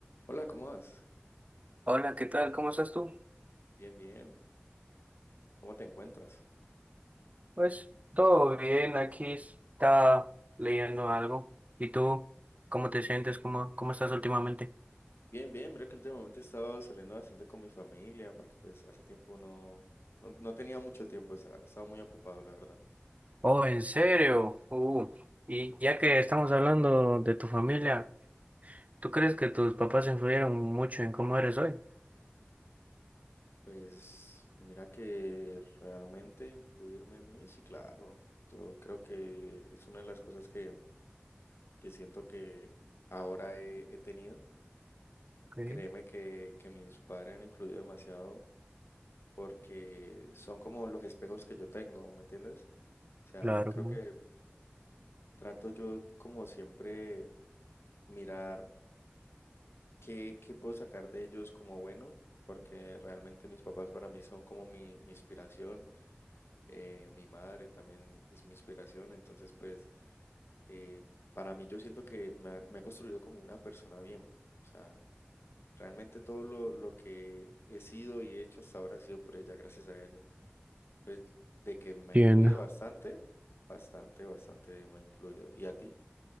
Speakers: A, on the left (about 85°); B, on the right (about 35°).
A: Hola, ¿cómo vas?
B: Hola, ¿qué tal? ¿Cómo estás tú?
A: Bien, bien. ¿Cómo te encuentras?
B: Pues todo bien, aquí está leyendo algo. ¿Y tú? ¿Cómo te sientes? ¿Cómo, cómo estás últimamente?
A: Bien, bien. Mira que últimamente he estado saliendo bastante con mi familia porque pues hace tiempo no, no, no tenía mucho tiempo, estaba, estaba muy ocupado, la verdad.
B: Oh, ¿en serio? Uh,
A: Sí, sí.
B: y ya que estamos hablando de tu familia, ¿tú crees que tus papás influyeron mucho en cómo eres hoy?
A: Pues mira que realmente influirme en mí, sí, claro. Yo creo que es una de las cosas que, que siento que ahora he, he tenido.
B: Sí,
A: Créeme que, que mis padres han influido demasiado porque son como los espejos que yo tengo, ¿me entiendes? O sea,
B: claro.
A: creo
B: ¿no?
A: que Trato yo, como siempre, mirar qué, qué puedo sacar de ellos como bueno, porque realmente mis papás para mí son como mi, mi inspiración, eh, mi madre también es mi inspiración, entonces pues eh, para mí yo siento que me ha, me ha construido como una persona bien, o sea, realmente todo lo, lo que he sido y he hecho hasta ahora ha sido por ella, gracias a ella, pues de que me ha
B: Bien,
A: influido bastante, bastante, bastante me ha influido. ¿Y a ti?